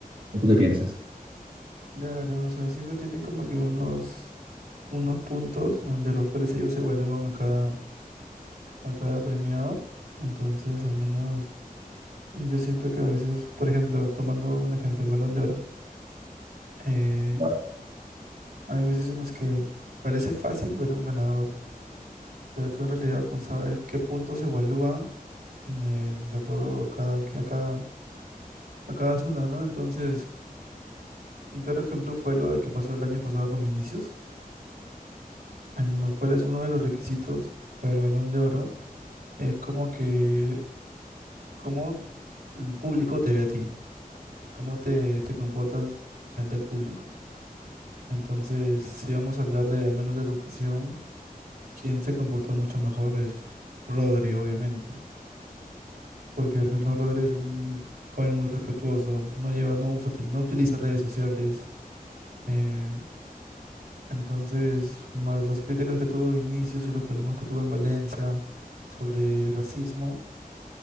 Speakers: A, on the right; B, on the right.
A: ¿O tú qué piensas?
B: Claro, o sea, siempre tienen como que unos, unos puntos ah, de los cuales ellos evalúan a cada, a cada premiado. Entonces, al menos yo siento que a veces, por ejemplo, tomando un ejemplo, el Balón de Oro, eh,
A: Ya.
B: hay veces en las que parece fácil ver a un ganador, pero tú en realidad no sabes qué puntos evalúan eh, de acuerdo a cada, que- a cada, a cada zona, ¿no? Entonces, un claro ejemplo fue lo de que pasó el año pasado con Vinicius, en los cuales uno de los requisitos para el Balón de Oro es como que, cómo el público te ve a ti, cómo te, te comportas frente al público. Entonces, si vamos a hablar de, al menos de educación, quien se comportó mucho mejor es Rodri, obviamente, porque de repente Rodri es un joven muy respetuoso, no lleva, no usa, tel- no utiliza redes sociales, eh, Entonces, más las críticas que tuvo Vinicius y los problemas que tuvo en Valencia sobre racismo,